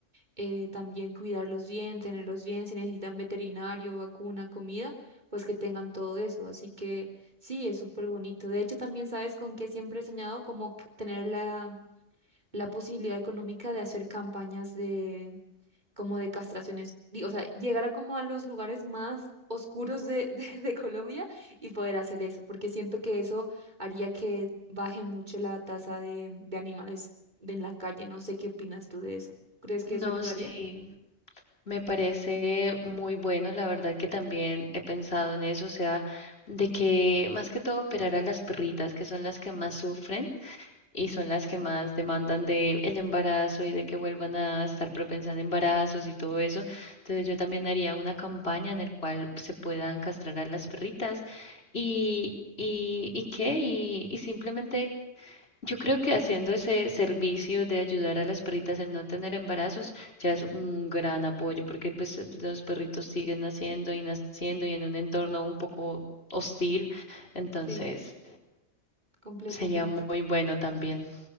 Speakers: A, on the right; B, on the left.
A: eh, también cuidarlos bien, tenerlos bien, si necesitan veterinario, vacuna, comida, pues que tengan todo eso. Así que sí, es súper bonito. De hecho, también sabes con qué siempre he soñado, como c- tener la, la posibilidad económica de hacer campañas de como de castraciones, di- o sea, llegar a como a los lugares más oscuros de, <laughs> de, de Colombia y poder hacer eso, porque siento que eso haría que baje mucho la tasa de, de animales de en la calle. No sé qué opinas tú de eso. ¿Crees
B: No
A: que eso ayudaría?
B: sé. Me parece muy bueno, la verdad que también he pensado en eso, o sea, de que más que todo operar a las perritas, que son las que más sufren y son las que más demandan de el embarazo y de que vuelvan a estar propensas a embarazos y todo eso. Entonces yo también haría una campaña en el cual se puedan castrar a las perritas y y y qué y, y simplemente yo creo que haciendo ese servicio de ayudar a las perritas en no tener embarazos ya es un gran apoyo, porque pues eh, los perritos siguen naciendo y naciendo y en un entorno un poco hostil, entonces
A: Sí, completamente.
B: sería muy bueno también.